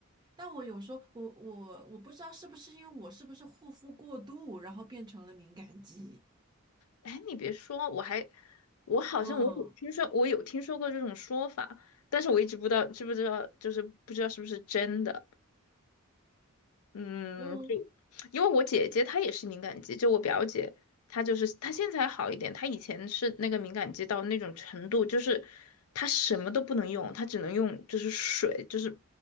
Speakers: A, on the right; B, on the left.
A: 但我有时候我我我不知道是不是因为我是不是护肤过度，然后变成了敏感肌。
B: 哎，你别说，我还我好像我有听说，
A: 嗯
B: 我有听说过这种说法，但是我一直不知道知不知道，就是不知道是不是真的。嗯，
A: 嗯，
B: 就因为我姐姐她也是敏感肌，就我表姐，她就是她现在还好一点，她以前是那个敏感肌到那种程度，就是她什么都不能用，她只能用就是水，就是